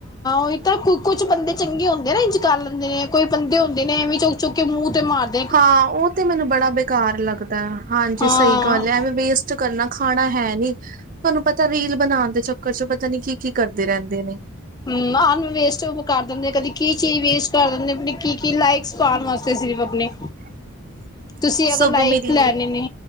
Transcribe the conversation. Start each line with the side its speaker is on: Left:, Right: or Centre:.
Right: <unintelligible>
Left: ਔਈ ਤਾ ਕੁ ਕੁਛ ਬੰਦੇ ਚੰਗੇ ਹੁੰਦੇ ਨੇ ਨਾ ਇੰਝ ਕਰ ਲੈਂਦੇ ਨੇ, ਕੋਈ ਬੰਦੇ ਹੁੰਦੇ ਨੇ ਐਵੇਂ ਚੁੱਕ-ਚੁੱਕ ਕੇ ਮੂੰਹ ਤੇ ਮਾਰ <unintelligible>
Right: ਹਾਂ ਉਹ ਤੇ ਮੈਨੂੰ ਬੜਾ ਬੇਕਾਰ ਲੱਗਦਾ ਹੈ ਹਾਂਜੀ
Left: ਹਾਂ
Right: ਸਹੀ ਗੱਲ ਐ ਐਵੇਂ ਵੇਸ ਕਰਨਾ ਖਾਣਾ ਹੈ ਨੀ ਤੁਹਾਨੂੰ ਪਤਾ ਰੀਲ ਬਣਾਣ ਦੇ ਚੱਕਰ ਚ ਪਤਾ ਨੀ ਕੀ-ਕੀ ਕਰ ਦੇ ਰੈੰਦੇ ਨੇ। <unintelligible>
Left: ਹੂੰ ਨਾ ਅਨ ਵੇਸਟ ਕਰ ਦਿੰਦੇ ਕਦੀ ਕੀ ਚੀਜ਼ ਵੇਸਟ ਕਰ ਦਿੰਦੇ ਪਤਾਂ ਨੀ ਕੀ ਕੀ ਲਾਈਕਸ ਪਾਣ ਵਾਸਤੇ ਸਿਰਫ ਆਪਣੇ।
Right: <inaudible>
Left: ਤੁਸੀਂ ਅਗਰ
Right: ਸਗੋਂ
Left: ਲਾਇਕ
Right: ਮੇਰੀ
Left: ਲੈਣੇ ਨੇ।